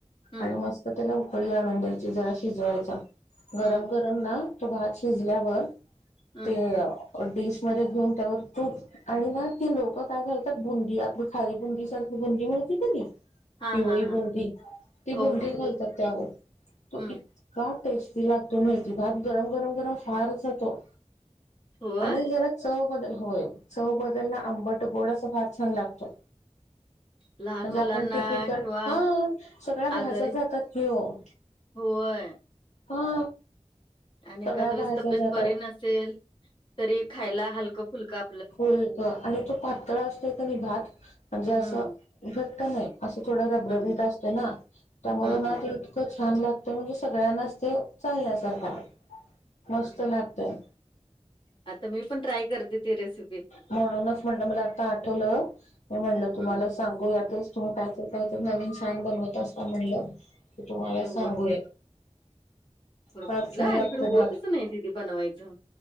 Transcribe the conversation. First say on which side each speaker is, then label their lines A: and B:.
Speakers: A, on the left (about 45°); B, on the left (about 85°).
A: हम्म
B: आणि मस्त तर त्याला उकळी आणून द्यायची, जरा शिजवायचा गरम
A: हम्म
B: गरम ना तो भात शिजल्यावर
A: हम्म
B: ते डिश मध्ये घेऊन त्यावर तू आणि ना तेी लोकं काय करतात, बुंदी आपली खाली बुंदी सारखी बुंदी मिळते का नाही,
A: हा
B: पिवळी
A: हा हा
B: बुंदी. ती बुंदी
A: हो हो
B: घालतात त्यावर
A: हम्म
B: तो इत का टेस्टी लागतो मेथी भात, गरम- गरम, गरम फार अस तो
A: होय
B: आणि जरा चव बदल होय. चव बदलला आंबट गोड अस फार छान लागतो.
A: लहान
B: म्हणजे
A: मुलांना
B: आपण टिपीकल
A: किंवा
B: हा सगळ्या
A: आजारी
B: भाज्या जातात की ओ.
A: होय.
B: हा.
A: आणि
B: सगळ्या
A: एखाद वेळेस
B: भाज्या
A: तब्येत
B: जातात.
A: बरी नसेल तरी खायला हलका फुलका.
B: फुलकं आणि तो पातळ असतोय का नाही भात म्हणजे असं
A: हम्म
B: घट्ट नाही. असं थोडं रबरबीत
A: हम्म
B: असतं ना त्यामुळं
A: हम्म
B: ना
A: हम्म
B: ते इतक छान लागतं म्हणजे सगळ्यांनाच ते चालण्यासारखं आहे, मस्त लागतय.
A: आता मी पण ट्राय करते ती रेसिप
B: म्हणूनच म्हणलं मला आता आठवलं म म्हणलं तुम्हाला
A: हम्म
B: सांगू यातच तुम्ही काय तर कायत नवीन छान बनवत असता म्हणलं तुम्हाला
A: नाही
B: सांगूया.
A: बर कुठलं
B: फार छान लागतो
A: अलीकडं
B: भात
A: होतच नाही दिदी बनवायचं.